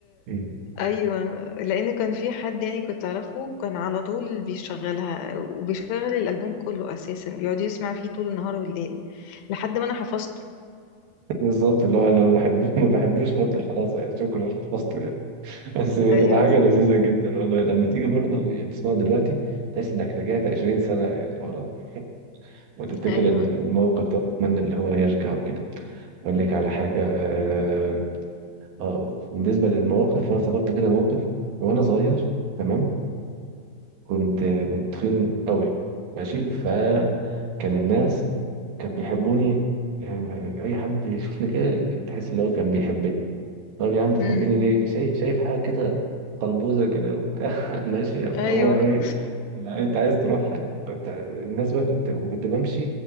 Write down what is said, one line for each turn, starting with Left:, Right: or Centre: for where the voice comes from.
Right: مم.
Left: ايوه لان كان في حد يعني كنت اعرفه كان على طول بيشغلها وبيشغل الالبوم كله اساسا بيقعد يسمع فيه طول النهار والليل لحد ما انا حفظته
Right: بالظبط اللي هو انا لو بحبه ما بحبوش برضه خلاص يعني شكرا خلصته يعني بس بتبقى
Left: ايوه
Right: حاجه
Left: صح
Right: لذيذه جدا والله لما تيجي برضه يعني تسمعه دلوقتي تحس انك رجعت 20 سنه ورا وتفتكر
Left: ايوه
Right: ان الموقف ده وتتمنى اللي هو يرجع وكده اقول لك على حاجه اه آه، بالنسبه للمواقف انا افتكرت كده موقف وانا صغير تمام كنت كنت تخين قوي ماشي فكان الناس كان بيحبوني يعني اي حد يشوفني كده تحس ان هو كان بيحبني طب يا عم بتحبني
Left: امم
Right: ليه شايف شايف حاجه كده قلبوزه كده وبتاع <laughs> ماشيه فهو
Left: ايوه
Right: ايه لا انت عايز تروح انت- الناس بقى كنت كنت بمشي